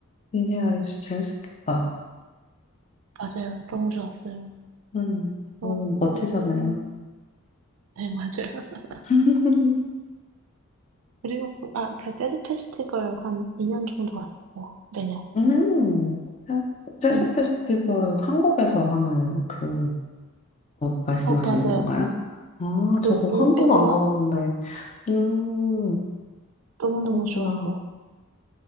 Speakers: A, on the left; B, on the right.
A: 빌리 아이리시 재밌었겠다.
B: 맞아요. 너무 좋았어요.
A: 음,
B: 그러고,
A: 음, 멋지잖아요.
B: 네, 맞아요. <laughs>
A: <laughs>
B: 그리고, 그- 아, 그 재즈 페스티벌 한 2년 정도 갔었어요. 매년.
A: 음, 재- 재즈
B: 응.
A: 페스티벌은 한국에서 하는 그것 말씀하시는
B: 어, 맞아요.
A: 건가요? 아,
B: 그
A: 저거
B: 올림픽
A: 한 번도
B: 공원?
A: 안 가봤는데. 음,
B: 너무너무
A: 그렇구나.
B: 좋았어요.